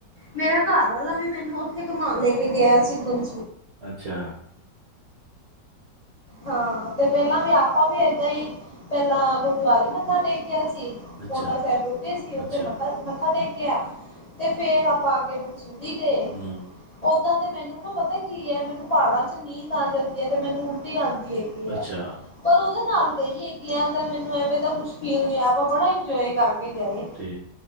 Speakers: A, on the left; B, on the right.
A: ਮੇਰਾ ਘਰ ਆਲਾ ਵੀ ਮੈਨੂੰ ਓਥੇ ਘੁੰਮਾਣ ਲੈ ਕੇ ਗਿਆ ਸੀ ਮਨ।
B: ਅੱਛਾ।
A: ਹਾਂ ਤੇ ਪੈਲਾਂ ਵੀ ਆਪਾਂ ਵੀ ਏਦਾਂ ਈ ਪੈਲਾਂ ਗੁਰਦੁਆਰੇ ਮੱਥਾ ਟੇਕਿਆ ਸੀ
B: ਅੱਛਾ,
A: ਪੋਂਟਾ ਸਾਹਿਬ ਰੁਕੇ ਸੀ ਓਥੇ
B: ਅੱਛਾ,
A: ਮੱਥਾ-ਮੱਥਾ ਟੇਕਿਆ ਤੇ ਫੇਰ ਆਪਾਂ ਅੱਗੇ। ਸੁਰੀ ਗਏ
B: ਹੂੰ,
A: ਓ। ਓਦਾਂ ਤੇ ਮੈਨੂੰ ਨਾ ਪਤਾ ਕੀ ਐ, ਮੈਨੂੰ ਪਹਾੜਾਂ ਚ ਨੀਂਦ ਆ ਜਾਂਦੀ ਐ ਤੇ ਮੈਨੂੰ ਉਲਟੀ ਆਂਦੀ ਏ। ਕੀ ਐ।
B: ਅੱਛਾ,
A: ਪਰ ਓਦੇ ਨਾਲ ਗਈ ਹੈਗੀ ਆ ਤੇ ਮੈਨੂੰ ਐਵੇਂ ਤਾਂ ਕੁੱਛ ਫੀਲ ਨੀ ਹੋਇਆ ਆਪਾਂ ਬੜਾ ਇੰਜੋਏ ਕਰਕੇ ਗਏ।
B: ਠੀ